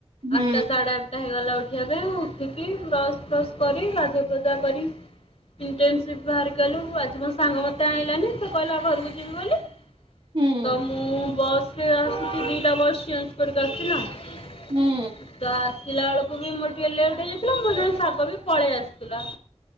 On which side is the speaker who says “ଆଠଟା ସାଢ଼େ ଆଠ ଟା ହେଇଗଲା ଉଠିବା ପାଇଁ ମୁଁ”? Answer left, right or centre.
Left